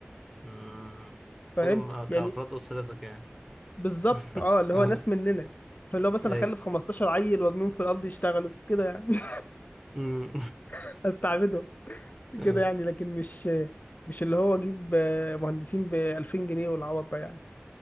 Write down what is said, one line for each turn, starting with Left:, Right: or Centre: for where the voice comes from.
Centre: أمم،
Left: فهمت؟
Centre: خدهم كأفراد
Left: يعني
Centre: أسرتك يعني
Left: بالظبط
Centre: <laughs>
Left: أه اللي
Centre: اه
Left: هو ناس مننا اللي هو مثلا
Centre: ايوه
Left: أخلف 15 عيل وأرميهم في الأرض يشتغلوا كده يعني
Centre: أمم.
Left: <laughs> أستعبدهم
Centre: <laughs> اه
Left: كده يعني لكن مش مش اللي هو أجيب آه، مهندسين ب 2000 جنيه والعوض ده يعني